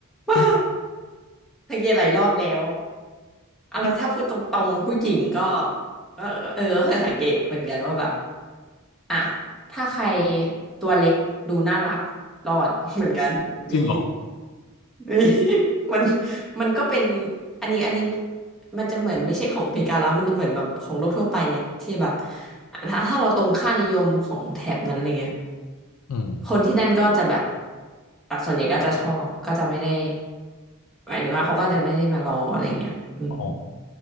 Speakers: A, in the centre; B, on the left.
A: <laughs> มาก
B: เฮ้ย
A: สังเกตหลายรอบแล้วอ่ะแล้วถ้าพูดตรงๆผู้หญิงก็
B: นี่
A: เออเออก็เคยสังเกตเหมือนกันว่าแบบอ่ะถ้าใครตัวเล็กดูน่ารักรอด <laughs> เหมือนกันมี
B: จริงเหรอ
A: <laughs> มีมันมันก็เป็นอันนี้อันนี้มันจะเหมือนไม่ใช่ของอเมริกาแล้วมันจะเหมือนแบบของโลกทั่วไปอะที่แบบถ้าถ้าเราตรงค่านิยมของแถบนั้นอะไรเงี้ย
B: อืม
A: คนที่นั่นก็จะแบบอ่ะส่วนใหญ่ก็จะชอบก็จะไม่ได้หมายถึงว่าเขาก็จะไม่ได้มารออะไรเงี้ยอืม
B: อ๋อ